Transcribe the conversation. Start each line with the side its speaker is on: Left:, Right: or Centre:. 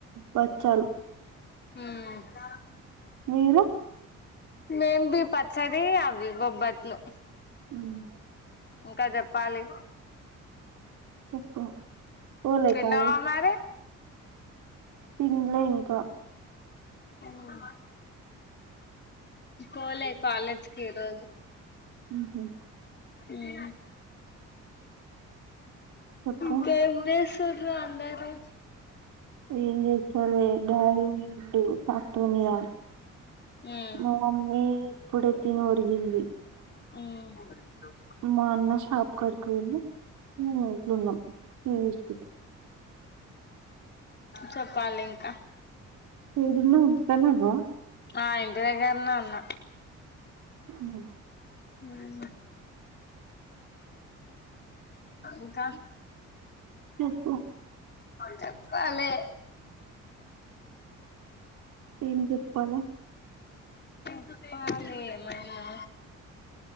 Right: బచ్చాలు
Left: హ్మ్
Right: మీరు
Left: మేం బి పచ్చది అవి బొబ్బట్లు
Right: మ్మ్
Left: ఇంకా చెప్పాలి
Right: చెప్పు పోలే
Left: తిన్నావా
Right: కాలేజ్
Left: మరి
Right: తిన్లే ఇంకా
Left: మ్మ్ పోలె కాలేజీకి ఈ రోజు
Right: ఉహ
Left: మ్మ్
Right: చెప్పు
Left: ఇంకా ఎం చెస్ దృ అందరు
Right: ఏం చేస్తారో డాడీ పోయిండు ట్రాక్టర్ మీద
Left: ఉమ్
Right: మ మమ్మీ ఇప్పుడే తినొరిగింది
Left: మ్మ్
Right: మా అన్న షాప్ కాడికి పోయిండు మేం ఇంట్లో ఉన్నాం టీవీ చూస్కుంటూ
Left: చెప్పాలి ఇంకా
Right: ఏడున్నవ్ ఇంటికాడనే ఉన్నావా
Left: ఆ ఇంటి దెగ్గరినే ఉన్న
Right: మ్మ్
Left: మ్మ్ ఇంకా
Right: చెప్పు
Left: చెప్పాలే
Right: ఏం చెప్పాలే
Left: చెప్పాలే ఏమైనా